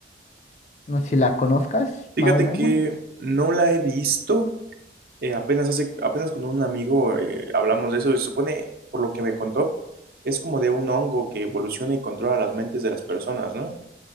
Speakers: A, on the left; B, on the right.
A: No sé si la conozcas,
B: Fíjate
A: más o menos.
B: que no la he visto, eh, apenas hace, apenas con un amigo eh, hablamos de eso, y se supone, por lo que me contó, es como de un hongo que evoluciona y controla las mentes de las personas, ¿no?